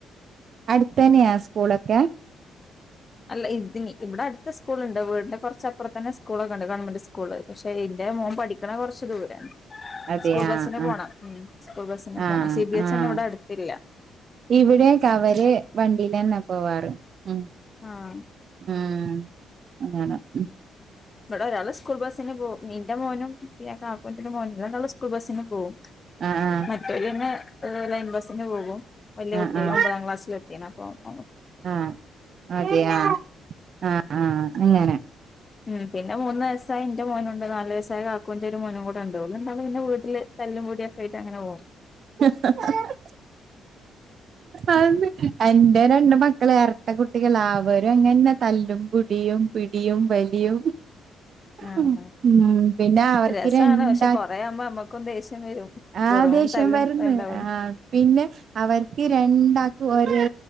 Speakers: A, on the right; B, on the left.
A: അടുത്തന്നെയാ സ്കൂളൊക്കെ
B: അല്ല ഇതിന് ഇവിടെ അടുത്ത സ്കൂള്ണ്ട് വീടിന്റെ കുറച്ചപ്പുറത്തന്നെ സ്കൂളൊക്ക ഉണ്ട് ഗവൺമെന്റ് സ്കൂള്. പക്ഷെ ഇന്റെ മോൻ പഠി ക്ക്ണത് കുറച്ച് ദൂരെ
A: അതെയാ
B: സ്കൂൾ ബസ്സിന്
A: ആ
B: പോണം ഉം സ്കൂൾ ബസ്സിന്
A: ആഹ്
B: പോണം സി ബി എസ്
A: ആഹ്
B: ഇ ഒന്നും ഇവിടെ അടുത്തില്ല
A: ഇവിടെക്കെ അവര് വണ്ടിലന്നെ പോവാറ്. ഉം
B: ആഹ്
A: ഉം അതെതെ മ്
B: ബടാ ഒരാള് സ്കൂൾ ബസ്സിന് പോവും നിന്റെ മോനും പിന്നെ കാക്കുന്റെഒരു മോനും ഇവരണ്ടാളും സ്കൂൾ ബസ്സിന് പോവും
A: ആഹ്
B: മറ്റോലന്നെ ഏഹ് ലൈൻ ബസിന് പോകും വല്യ
A: ആഹ്
B: കുട്ട്യായി
A: ആഹ്
B: ഒമ്പതാംക്ലാസില് എത്തിയേനെ <unintelligible>
A: ആഹ് അതെയ ആഹ് ആഹ് അങ്ങനെ
B: ഉം പിന്നെ മൂന്ന് വയസായ ഇൻ്റെ മോനുണ്ട് നാല് വയസായ കാക്കൂന്റെ ഒരു മോനും കൂടെണ്ട്. ഓല്ണ്ടാവും പിന്നെ വീട്ടില് തല്ലും പൊടിയക്കായിട്ട് അങ്ങനെ പോകും.
A: <unintelligible> ആന്ന് എന്റെ, രണ്ട്, മക്കൾ, ഇരട്ട, കുട്ടികള, അവരും, അങ്ങനന്നെ, തല്ലും, പിടിയും, പിടിയും, വലിയും.
B: ആഹ്
A: ഉം, പിന്നെ, അവർക്,
B: രസാണ്
A: രണ്ടാൾക്കും,
B: പക്ഷെ കൊറേ ആകുമ്പോ നമ്മക്കും ദേഷ്യം വരും
A: ആ,
B: വെറും
A: ദേഷം,
B: തല്ലും
A: വന്ന്,
B: ഉണ്ടാവുള്ളൂ
A: ആ, പിന്നെ, അവർക്ക് രണ്ടാക്ക, ഒരേ,